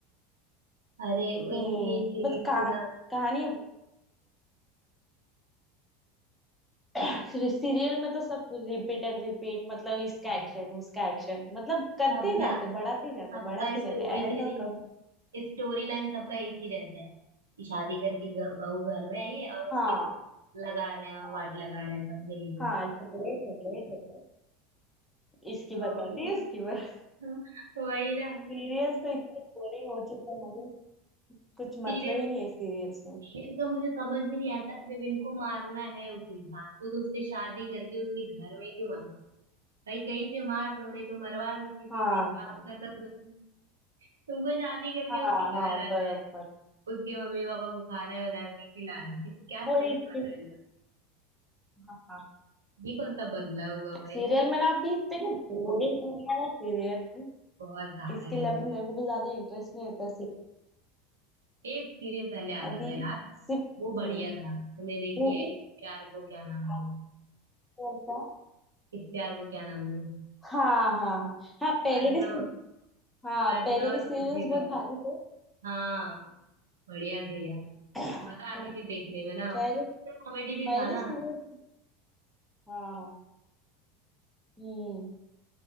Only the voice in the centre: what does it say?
हम्म
बट कहा,
कहानी <coughs> सीरियल में तो सब रिपीट एंड रिपीट मतलब इसका
एक्शन उसका एक्शन मतलब करते
ही
जाते बढ़ाते ही जाते
बढ़ाते ही
जाते एंड
और कब
हाँ
हाँ
हाँ, झगड़े झगड़े झगड़े इसकी
बर्बादी
उसकी बर्बादी
सीरियल्स तो इतने बोरिंग हो चुके हैं अभी कुछ मतलब
ही नहीं है सीरियल्स में
हाँ
हाँ
हाँ
हाँ,
बराबर
वही
चीज़,
हाँ हाँ
सीरियल में ना अभी इतने बोरिंग हो गया ना सीरियल
इसके
लिए अभी
मेरे को भी ज्यादा इंटरेस्ट नहीं होता
अभी
सिर्फ
हम्म,
वो
भी
भारी
होता
हाँ हाँ हाँ हाँ पहले
के से- हाँ
पहले
के सीरियल्स
बहुत
भारी थे
हाँ,
पहले
पहले
सीरियल हाँ हम्म